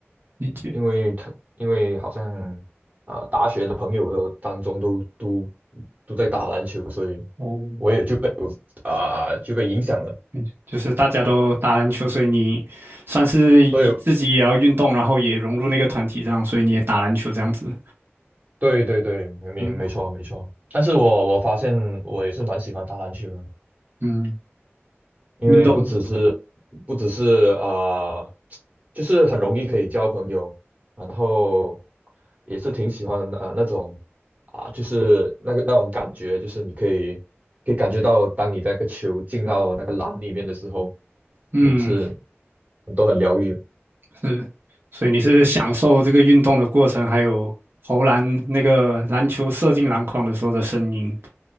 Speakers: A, on the right; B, on the right.
A: 理解。
B: 因为特因为好像啊、呃大学的朋友都当中都都都在打篮球，所以
A: 哦，
B: 我也就被啊、就被影响了，
A: 理解，就是大家都打篮球，所以你算是以自己也要运动，
B: 所以
A: 然后也融入那个团体这样，所以你也打篮球这样子。
B: 对对对，没没错没错。
A: 嗯。
B: 但是我我发现我也是蛮喜欢打篮球的，
A: 嗯，
B: 因为不只是
A: 运动，
B: 不只是啊、呃就是很容易可以交朋友，然后也是挺喜欢啊、呃那种啊、就是那个那种感觉，就是你可以可以感觉到，当你那个球进到那个篮里面的时候，
A: 嗯，
B: 每次都很疗愈。
A: 是，所以你是享受这个运动的过程，还有投篮那个篮球射进篮筐的时候的声音，